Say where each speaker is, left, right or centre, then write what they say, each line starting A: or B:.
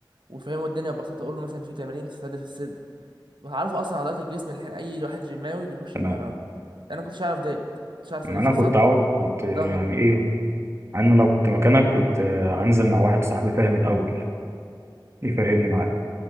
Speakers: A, on the right; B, on the right.
A: ويفهمه الدنيا ببساطه اقول له مثلا في تمارين بتستهدف الصدر وتعرفوا اصلا عضلات الجسم اللي احنا اي واحد جيماوي بيخش
B: تمام
A: يتمرن انا كنتش اعرف ديت كنتش اعرف
B: ما
A: ان في
B: أنا كنت
A: صدر
B: عاو... كنت يعني
A: ظهر
B: إيه أنا لو كنت مكانك كنت آه، هنزل مع واحد صاحبي فاهم الأول يفهمني معاه